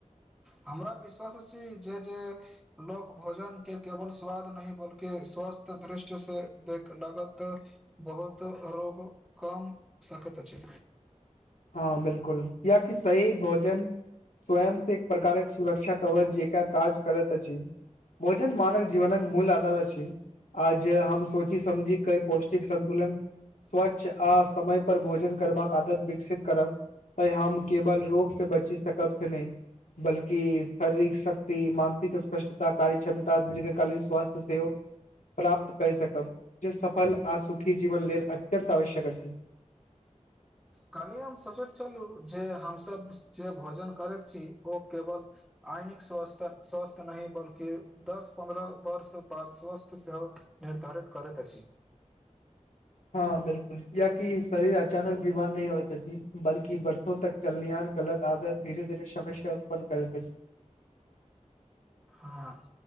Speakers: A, in the centre; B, on the left (about 85°).
A: हमरा विश्वास अछि, जे -जे लोक भोजन के केवल स्वाद नहि बल्कि स्वस्थ दृष्टि से देख लागत बहुत रोग कम सकैत अछि।
B: हँ बिलकुल कियाकि सही भोजन स्वयं से एक प्रकारक सुरक्षा कवच जे काज करत अछि भोजन मानव जीवनक मूल आधार अछि। आज हम सोची समझी कई पौष्टिक संन्तुलन स्वच्छ आ समय पर भोजन करबाक आदत विकसित करब तऽ हम केवल रोग से बची सकब से नहि बल्कि शारीरिक शक्त मानसिक स्पष्टता कार्य क्षमता दीर्घकालीन स्वासथ्य सेओ प्राप्त कये सकब जे सफल आ सुखी जीवन लेल अत्यन्त आवश्यक अछि।
A: खलिय हम सोचैत छलू जे हमसब जे भोजन करैत छी ओ केवल आइनिक स्वस्थ-स्वस्थ नहि बल्कि दस पन्द्रह वर्ष बाद स्वस्थ सेहो निर्धारित करैत अछि।
B: हँ बिलकुल कियकि शरीर अचानक बीमार नहि हौत अछि बल्कि बरसों तक चलनियान गलत आदत धीरे-धीरे समस्या उत्पन्न करैत अछि।
A: हाँ।